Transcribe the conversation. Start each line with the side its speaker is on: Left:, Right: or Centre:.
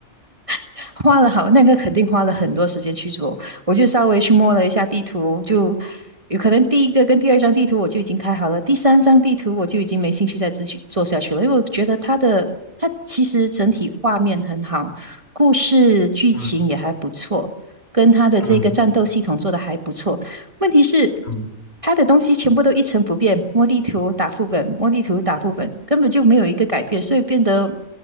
Right: <laughs> 花了好，那个肯定花了很多时间去做。我就稍微去摸了一下地图，就有可能第一个跟第二张地图我就已经开好了，第三张地图我就已经没兴趣再继续做下去了，因为我觉得它的它其实整体画面很好，故事剧情也还不错，
Left: 嗯
Right: 跟它的这个战斗系统做得还不错。
Left: 嗯
Right: 问题是，
Left: 嗯
Right: 他的东西全部都一成不变，摸地图打副本，摸地图打副本，根本就没有一个改变，所以变得